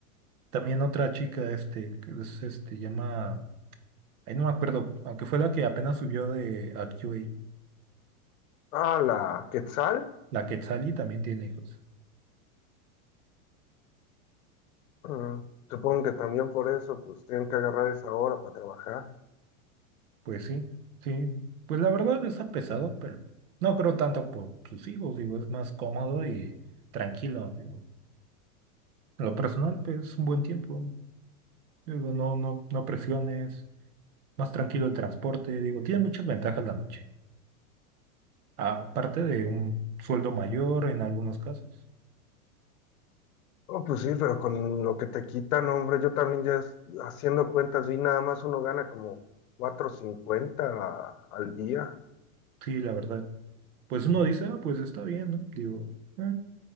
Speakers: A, on the right; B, on the left.
A: También otra chica, este, que es, este, llama, ahí no me acuerdo, aunque fue la que apenas subió de a Q A
B: Ah, la Quetzal.
A: la Quetzali también tiene hijos.
B: Mm, Supongo que también por eso, pues tienen que agarrar esa hora para trabajar.
A: Pues sí, sí, pues la verdad está pesado, pero no creo tanto por sus hijos, digo, es más cómodo y tranquilo, digo. En lo personal, pues es un buen tiempo, digo, no, no, no presiones, más tranquilo el transporte, digo, tiene muchas ventajas la noche. aparte de un sueldo mayor en algunos casos.
B: Oh, pues sí, pero con lo que te quitan, hombre, yo también ya es- haciendo cuentas vi nada más uno gana como cuatro cincuenta al día.
A: Sí, la verdad. Pues uno dice, ah, pues está bien, ¿no? Digo, "Eh,